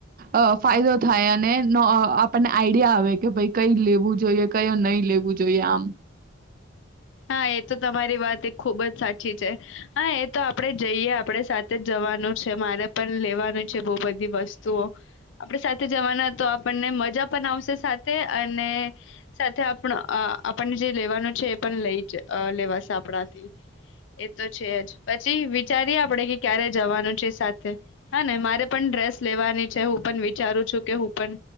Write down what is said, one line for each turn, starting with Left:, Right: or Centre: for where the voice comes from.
Right: અ ફાયદો થાય અને નો આપણને આઈડિયા આવે કે ભઈ કઈ લેવું જોઈએ કઈ નહી લેવું જોઈએ આમ.
Left: હા એ તો તમારી વાત એક ખુબ જ સાચી છે હા એ તો આપણે જઈએ આપણે સાથે જ જવાનું છે મારે પણ લેવાનું છે બહુ બધી વસ્તુઓ આપણે સાથે જવાના તો આપણને મજા પણ આવશે સાથે અને સાથે આપ આપણને જે લેવાનું છે પણ લઈ લેવાશે આપણાથી એ તો છે જ પછી વિચારીએ આપણેે કે ક્યારે જવાનું છે સાથે હા ને મારે પણ ડ્રેસ લેવાની છે હું પણ વિચારું છું કે હું પણ